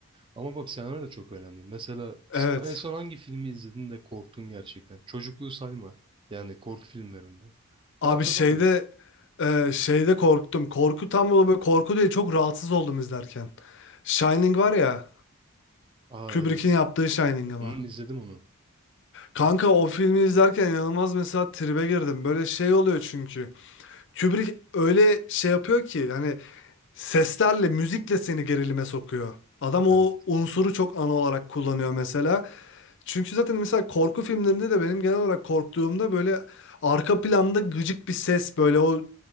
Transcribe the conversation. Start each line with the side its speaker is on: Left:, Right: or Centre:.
Right: Ama bak senaryo da çok önemli. Mesela sen
Left: Evet.
Right: en son hangi filmi izledin de korktun gerçekten? Çocukluğu sayma. Yani korku filmlerinde.
Left: Abi
Right: Ben hatırlamıyorum.
Left: şeyde e, şeyde korktum. Korku tam böyle korku değil çok rahatsız oldum izlerken. Shining var ya
Right: Aa
Left: Kubrick'in
Right: evet.
Left: yaptığı Shining ama.
Right: Hı, izledim onu.
Left: Kanka o filmi izlerken inanılmaz mesela tribe girdim. Böyle şey oluyor çünkü. Kubrick öyle şey yapıyor ki hani seslerle, müzikle seni gerilime sokuyor. Adam o
Right: Evet.
Left: unsuru çok ana olarak kullanıyor mesela. Çünkü zaten mesela korku filmlerinde de benim genel olarak korktuğumda böyle arka planda gıcık bir ses böyle o